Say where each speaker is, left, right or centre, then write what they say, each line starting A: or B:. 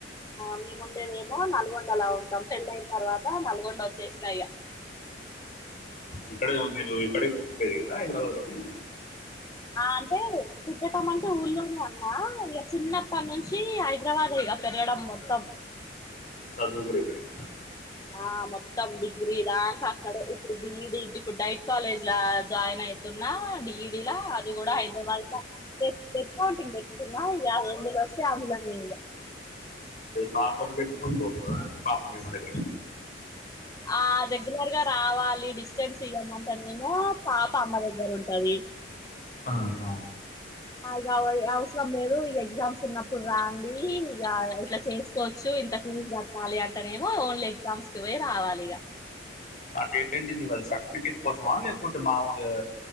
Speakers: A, on the left (about 20°); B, on the left (about 40°).
A: ఆ మేము ఉండేదేమో నల్గొండలా ఉంటాం పెళ్ళయిన తర్వాత నల్గొండ వచ్చేసినా ఇగా
B: ఇక్కడ మీరు ఇక్కడే పుట్టి పెరిగిరా హైదరాబాద్ లోనే
A: ఆ అంటే పుట్టటం అంటే ఊర్లోనే అన్ ఇగా చిన్నప్పటి నుంచి హైదరాబాదే ఇగా పెరగడం మొత్తం
B: చదువు కూడా ఇక్కడేనా
A: ఆ మొత్తం డిగ్రీ దాంక అక్కడే ఇప్పుడు బిఈడి ఇప్పుడు డైట్ కాలేజ్ జాయిన్ అయ్ అయితున్నా బిఈడి ల అది కూడా హైదరాబాద్ వే వెబ్ కౌంటింగ్ పెట్టుకున్న ఇగ ఎందులో వస్తే అందులోనే
B: పాపను పెట్టుకొని పోతావా పాపకి ఏమన్నా
A: ఆ రెగ్యులర్ గా రావాలి డిస్టెన్స్ ఇయ్యమంట నేమో పాప అమ్మ దగ్గర ఉం టది
B: ఆహ
A: ఇగ అవసరం లేదు ఇగ ఎగ్జామ్స్ ఉన్నప్పుడు రాండి ఇగా ఇట్లా చేసుకోవచ్చు ఇంత ఫీజు కట్టాలి అంటనేమో ఓన్లీ ఎగ్జామ్స్ కి పోయి రావాలిగా
B: అంటే ఏంటి నీవు అది సర్టిఫికేట్ కోసమా లేకుంటే ఈ మామూలుగా